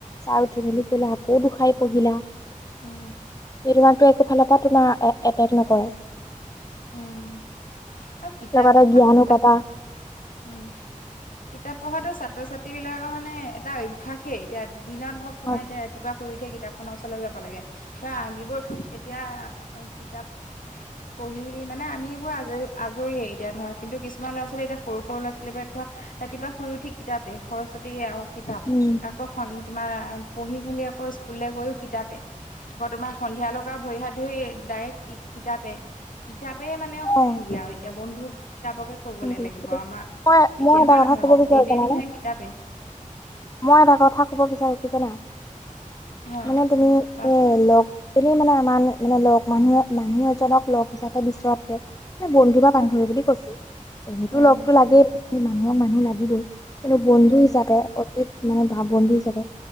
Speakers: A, on the left; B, on the left.
A: চাই উঠি বেলেগ বেলেগ আকৌ বিষয় পঢ়িলা।
B: উম।
A: <unintelligible> একোফালৰ পৰা তোমাৰ এটেক নকৰে।
B: উম, আৰু কিতাপ
A: লগতে
B: পঢ়াটো
A: জ্ঞানো
B: ছাত্ৰ
A: পাবা
B: উম, কিতাপ পঢ়াতো ছাত্ৰ-ছাত্ৰীবিলাকৰ মানে এটা অভ্যাসেই। এতিয়া দিনত হওক, তোমাৰ
A: হয়
B: এতিয়া ৰাতিপুৱা শুই উঠে কেতি কিতাপখনৰ ওচৰলৈ যাব লাগে। চোৱা, আমিবোৰ এতিয়া কিতাপ পঢ়ি কি মানে আমিবোৰ আজৰি, আজৰি হ'লো এতিয়া। ধৰা, কিন্তু কিছুমান ল'ৰা-ছোৱালী এতিয়া, সৰু সৰু ল'ৰা-ছোৱালীবিলাক ধৰা, ৰাতিপুৱা শুই উঠি কিতাপে, সৰস্বতী আৰু কিতাপ
A: উম
B: আকৌ সন তোমাৰ পঢ়ি-মেলি আকৌ স্কুললে গৈয়ো কিতাপেই। আকৌ তোমাৰ সন্ধিয়ালৈকে ভৰি-হাত ধুই ডাইৰেক্ট কিতাপে। কিতাপে মানে সংগী
A: অ',
B: আৰু এতিয়া বন্ধু বুলি কিতাপকে কবলে
A: <unintelligible>
B: লাগিব আমাৰ
A: মই,
B: এতিয়া
A: মই এটা
B: হয়
A: কথা
B: নহয়
A: ক'ব
B: বাৰু
A: বিচাৰোঁ,
B: দিনে
A: জানানে
B: নিশাই কিতাপে
A: মই এটা কথা ক'ব বিচাৰিছোঁ কি জানা,
B: হয়
A: মানে তুমি
B: কোৱাচোন
A: এ লগ এনেই মানে আমাৰ মানে লগ, মানুহে মানুহ এজনক লগ হিচাপে বিচৰাতকে মই বন্ধু বা
B: হয়
A: বান্ধৱী বুলি কৈছো, এনেইতো
B: উম
A: লগতো লাগেই, মানুহক মানুহ লাগিবই। এ বন্ধু
B: উম
A: হিচাপে মানে বন্ধু হিচাপে,